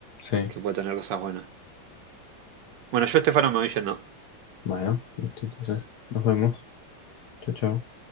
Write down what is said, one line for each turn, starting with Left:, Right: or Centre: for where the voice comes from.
Left: sí,
Right: que puede tener cosas buenas. Bueno, yo, Estefano, me voy yendo.
Left: bueno, listo, entonces nos vemos. Chao, chao.